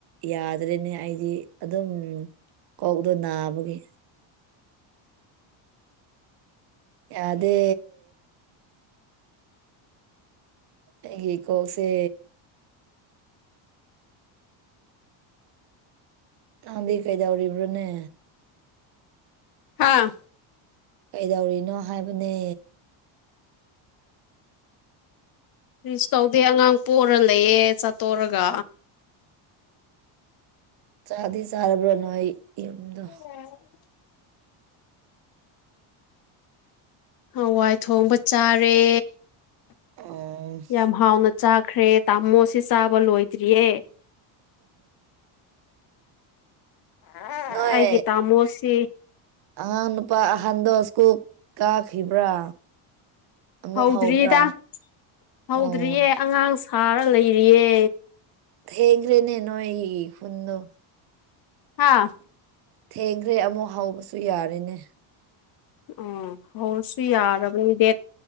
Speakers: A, on the right (about 50°); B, on the left (about 45°).
A: ꯌꯥꯗ꯭ꯔꯦꯅꯦ ꯑꯩꯗꯤ ꯑꯗꯨꯝ ꯀꯧꯗꯣ ꯅꯥꯕꯒꯤ ꯌꯥꯗꯦ ꯑꯩꯒꯤ ꯀꯣꯛꯁꯦ ꯅꯪꯗꯤ ꯀꯩꯗꯧꯔꯤꯕ꯭ꯔꯅꯦ
B: ꯍꯥꯥ
A: ꯀꯩꯗꯧꯔꯤꯅꯣ ꯍꯥꯏꯕꯅꯦ
B: ꯀꯔꯤꯁꯨ ꯇꯧꯗꯦ ꯑꯉꯥꯡ ꯄꯣꯔꯥ ꯂꯩꯌꯦ ꯆꯥꯇꯣꯔꯒ
A: ꯆꯥꯗꯤ ꯆꯥꯔꯕ꯭ꯔꯣ ꯅꯣꯏ ꯌꯨꯝꯗꯣ
B: <unintelligible> ꯍꯥꯋꯥꯏ ꯊꯣꯡꯕ ꯆꯥꯔꯦ
A: ꯑꯣ
B: ꯌꯥꯝ ꯍꯥꯎꯅ ꯆꯥꯈ꯭ꯔꯦ ꯇꯥꯃꯣꯁꯦ ꯆꯥꯕ ꯂꯣꯏꯗ꯭ꯔꯤꯌꯦ <unintelligible>
A: ꯅꯣꯏ
B: ꯑꯩꯒꯤ ꯇꯃꯣꯁꯤ
A: ꯑꯉꯥꯡ ꯅꯨꯄꯥ ꯑꯍꯟꯗꯣ ꯁ꯭ꯀꯨꯜ ꯀꯥꯈꯤꯕ꯭ꯔꯥ ꯑꯃꯨꯛ
B: ꯍꯧꯗ꯭ꯔꯤꯗ
A: ꯍꯧꯕ꯭ꯔꯥ
B: ꯍꯧꯗ꯭ꯔꯤꯌꯦ
A: ꯑꯣ
B: ꯑꯉꯥꯡ ꯁꯥꯔ ꯂꯩꯔꯤꯌꯦ
A: ꯊꯦꯡꯒ꯭ꯔꯦꯅꯦ ꯅꯣꯏ ꯈꯨꯟꯗꯣ
B: ꯍꯥꯥ
A: ꯊꯦꯡꯈ꯭ꯔꯦ ꯑꯃꯨꯛ ꯍꯧꯕꯁꯨ ꯌꯥꯔꯦꯅꯦ
B: ꯑꯥ ꯍꯧꯔꯁꯨ ꯌꯥꯔꯕꯅꯤ ꯗꯦꯠ